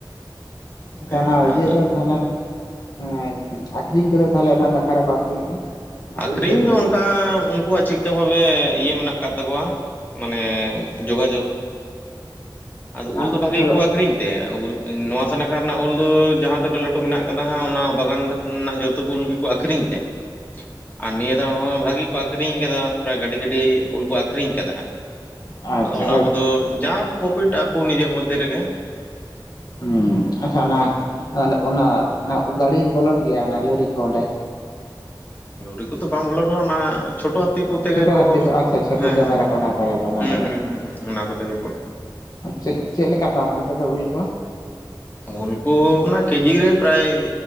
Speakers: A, on the left; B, on the left.
A: ᱟᱪᱪᱷᱟ
B: ᱦᱮᱸ
A: ᱚᱱᱟ ᱤᱭᱟᱹ
B: ᱟᱫᱚ
A: ᱫᱚ ᱛᱟᱦᱚᱞᱮ ᱦᱮᱸ ᱟᱠᱠᱷᱨᱤᱧ ᱠᱚᱫᱚ ᱛᱟᱦᱚᱞᱮ ᱚᱱᱟ ᱫᱚ ᱟᱠᱟ ᱨᱮᱠᱚ ᱟᱠᱷᱨᱤᱧᱮᱜᱼᱟ? ᱚᱱᱟ ᱩᱞ
B: ᱟᱠᱷᱨᱤᱧ
A: ᱠᱚᱫᱚ
B: ᱫᱚ ᱚᱱᱼᱼ ᱚᱱᱠᱟ ᱩᱱᱠᱩᱣᱟᱜ ᱪᱮᱫᱠᱟ ᱵᱚᱞᱮ ᱤᱭᱟᱹ ᱢᱮᱱᱟᱜ ᱠᱟᱜ ᱛᱟᱠᱚᱣᱟ ᱢᱟᱱᱮ ᱡᱳᱜᱟᱡᱳᱜᱽ ᱟᱫᱚ
A: ᱟᱴᱷᱟᱨᱚ
B: ᱩᱞ ᱫᱚ ᱵᱷᱟᱜᱮ ᱜᱮ ᱠᱚ ᱟᱠᱷᱨᱤᱧ ᱛᱮ ᱩᱞ ᱱᱚᱣᱟ ᱥᱟᱱᱟᱠᱷᱟ ᱨᱮᱱᱟᱜ ᱩᱞ ᱫᱚ ᱡᱟᱦᱟᱸ ᱛᱤᱱᱟᱹᱜ ᱞᱟᱹᱴᱩ ᱢᱮᱱᱟᱜ ᱟᱠᱟᱫᱟ ᱦᱟᱸᱜ ᱚᱱᱟ ᱵᱟᱜᱟᱱ <inaudible> ᱱᱟᱜ ᱡᱚᱛᱚ ᱜᱩᱞ ᱜᱮᱠᱚ ᱟᱠᱷᱨᱤᱧ ᱛᱮ, ᱟᱨ ᱱᱤᱭᱟᱹ ᱫᱷᱟᱣ ᱦᱚᱸ ᱵᱷᱟᱜᱤ ᱜᱮᱠᱚ ᱟᱠᱷᱨᱤᱧ ᱟᱠᱟᱫᱟ᱾ ᱯᱨᱟᱭ ᱜᱟᱹᱰᱤ ᱜᱟᱹᱰᱤ ᱩᱞ ᱠᱚ ᱟᱠᱷᱨᱤᱧ ᱟᱠᱟᱫᱟ ᱦᱟᱸᱜ᱾
A: ᱟᱪᱪᱷᱟ
B: ᱟᱫᱚ ᱚᱱᱟ ᱠᱚᱫᱚ ᱡᱟ ᱯᱚᱯᱷᱤᱴ ᱟᱠᱚ ᱱᱤᱡᱮᱨ ᱢᱚᱫᱽᱫᱷᱮ ᱨᱮᱜᱮ᱾
A: ᱦᱩᱸ ᱟᱪᱷᱟ
B: ᱦᱮᱸ
A: ᱚᱱᱟ ᱚᱱᱟ ᱜᱰᱤ ᱵᱚᱞᱚᱱ ᱜᱮᱭᱟ ᱚᱱᱟ ᱞᱳᱨᱤ ᱠᱚ ᱚᱸᱰᱮ?
B: ᱞᱳᱨᱤ ᱠᱚᱫᱚ ᱵᱟᱝ ᱵᱚᱞᱚᱱ ᱨᱮᱦᱚᱸ ᱚᱱᱟ ᱪᱷᱳᱴᱳ ᱛᱤ ᱠᱚᱛᱮ
A: ᱪᱷᱳᱴᱳ
B: ᱜᱮᱠᱚ
A: ᱦᱟᱹᱛᱤ ᱠᱚ ᱟᱪᱪᱷᱟ ᱪᱷᱳᱴᱳ
B: ᱦᱮᱸ
A: ᱠᱮᱢᱮᱨᱟ
B: ᱦᱮᱸ ᱦᱮᱸ
A: ᱠᱚ ᱦᱟᱛᱟᱣᱟᱠᱚ
B: ᱦᱮᱸ
A: ᱠᱮᱢᱮᱨᱟ
B: ᱦᱩᱸ ᱦᱩᱸ ᱦᱩᱸ ᱦᱩᱸ ᱚᱱᱟ ᱠᱚᱛᱮ ᱜᱮᱠᱚ
A: ᱪᱮᱫᱼᱪᱮᱫ ᱞᱮᱠᱟ ᱫᱟᱢ ᱚᱱᱛᱮ ᱫᱚ ᱩᱞ ᱠᱚ?
B: ᱩᱞ ᱠᱚ ᱚᱱᱟ ᱠᱮᱡᱤ ᱨᱮ ᱯᱨᱟᱭ